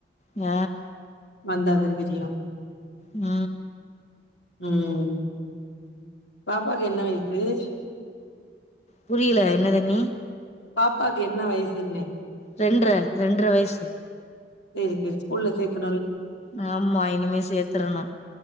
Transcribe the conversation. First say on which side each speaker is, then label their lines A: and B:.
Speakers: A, on the left (about 40°); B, on the left (about 80°).
A: ஆ
B: வந்தாதா தெரியு.
A: ம்
B: ம் பாப்பாக்கு என்ன வய சு?
A: புரியல என்னது அண்ணி?
B: பாப்பாக்கு என்ன வயசுன்னே.
A: ரெண்ட்ர ரெண்ட்ர வயசு.
B: சேரி சேரி ஸ்கூல்ல சேக்க
A: ஆமா இனிமே சேத்தரணு.